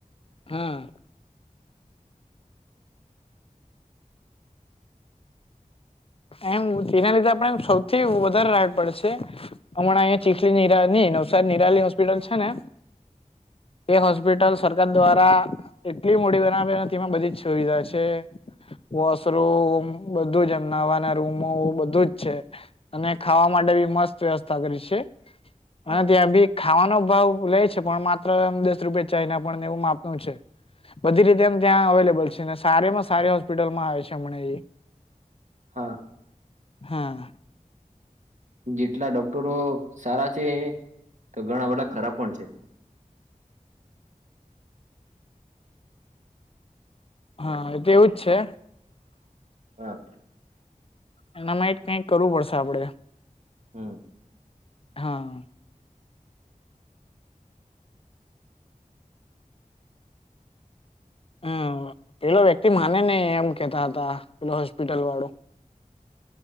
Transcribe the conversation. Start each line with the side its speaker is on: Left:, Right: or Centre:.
Left: હમ એમ તેના લીધે આપડે સૌથી વધારે રાડ પડે છે. હમણાં અહીં ચીખલી નિરાની નવસારી નિરાલી હોસ્પિટલ છે ને. એ હોસ્પિટલ સરકાર દ્વારા એટલી મોડી બનાવી બધી જ સુવિધા છે. વોશરૂમ બધું જ એમ નાવાના રૂમો બધું જ છે. અને ખાવા માટે બી મસ્ત વ્યવસ્થા કરી છે
Right: હા
Left: અને ત્યાં બી. ખાવાનો ભાવ લે છે પણ માત્ર દસ રૂપિયા ચાય ના પણને એવું માપનું છે. બધી રીતે એમ ત્યાં અવેલેબલ છે ને સારે માં સારી હોસ્પિટલમાં આવે છે હમણાં એ.
Right: હા.
Left: હમ.
Right: જેટલા ડોક્ટરો સારા છે તો ઘણા બધા ખરાબ પણ છે.
Left: હા એતો એવું જ છે.
Right: હા.
Left: એના માટે એ કઈક કરવું પડશે આપડે.
Right: હમ.
Left: હા. હમ પેલો વ્યક્તિ માને નઇ એમ કેતા હતા પેલો હોસ્પિટલ વાળો.